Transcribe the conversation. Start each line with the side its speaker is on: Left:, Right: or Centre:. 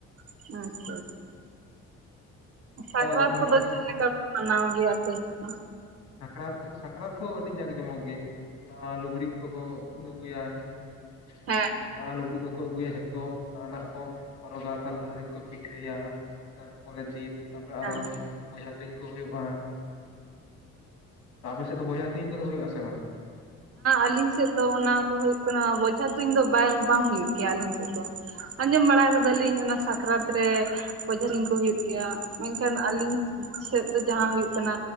Right: ᱟᱪᱪᱷᱟ ᱟᱪᱪᱷᱟ᱾ ᱥᱟᱠᱨᱟᱛ
Left: ᱟᱨ ᱱᱚᱣᱟ
Right: ᱠᱚᱫᱚ ᱪᱮᱫ ᱞᱮᱠᱟᱯᱮ ᱢᱟᱱᱟᱣ
Left: ᱦᱳᱭ
Right: ᱜᱮᱭᱟ ᱟᱯᱮ? ᱫᱚ?
Left: ᱥᱟᱠᱨᱟᱛ ᱥᱟᱠᱨᱟᱛ ᱦᱚᱸ ᱟᱹᱰᱤ ᱡᱟᱠ ᱡᱚᱢᱚᱜ ᱜᱮ, ᱱᱟᱣᱟ ᱞᱩᱜᱽᱲᱤᱡ ᱠᱚᱠᱚ ᱟᱹᱜᱩᱭᱟ <unintelligible>
Right: ᱦᱮᱸ
Left: ᱱᱟᱭᱟ ᱞᱩᱜᱽᱲᱤᱡ ᱠᱚᱠᱚ ᱟᱹᱜᱩᱭᱟ ᱡᱷᱚᱛᱚ ᱱᱟᱭᱟᱱᱟᱜ ᱠᱚ ᱦᱚᱨᱚᱜᱟ ᱛᱟᱨ ᱞᱟᱦᱟ ᱫᱤᱱ ᱠᱚ ᱯᱤᱴᱷᱟᱹᱭᱟ᱾ ᱛᱟᱨᱯᱚᱨᱮᱨ ᱫᱤᱱ ᱛᱟᱨᱯᱚᱨᱮ ᱟᱨᱚ
Right: ᱦᱮᱸ
Left: ᱵᱚᱡᱦᱟ ᱛᱩᱧ ᱠᱚ ᱦᱳᱭᱳᱜᱼᱟ᱾ ᱟᱯᱮᱥᱮᱫ ᱫᱚ ᱵᱚᱭᱦᱟ ᱛᱩᱧ ᱠᱚᱫᱚ ᱦᱳᱭᱳᱜᱼᱟ ᱥᱮ ᱵᱟᱝ?
Right: ᱟᱹᱞᱤᱧ ᱥᱮᱫ ᱫᱚ ᱚᱱᱟ ᱫᱚ ᱦᱩᱭᱩᱜ ᱠᱟᱱᱟ ᱵᱚᱡᱷᱟ ᱛᱩᱧ ᱫᱚ ᱵᱟᱝ ᱵᱟᱝ ᱦᱩᱭᱩᱜ ᱜᱮᱭᱟ ᱟᱹᱯᱤᱧ ᱥᱮᱫ ᱫᱚ, ᱟᱸᱡᱚᱢ ᱵᱟᱲᱟ ᱟᱠᱟᱫᱟᱞᱤᱧ ᱚᱱᱟ ᱥᱟᱠᱨᱟᱛ ᱨᱮ ᱚᱡᱟᱨᱤᱧ ᱠᱚ ᱦᱩᱭᱩᱜ ᱜᱮᱭᱟ ᱢᱮᱱᱠᱷᱟᱱ ᱟᱹᱞᱤᱧ ᱥᱮᱫ ᱫᱚ ᱡᱟᱦᱟᱸ ᱦᱩᱭᱩᱜ ᱠᱟᱱᱟ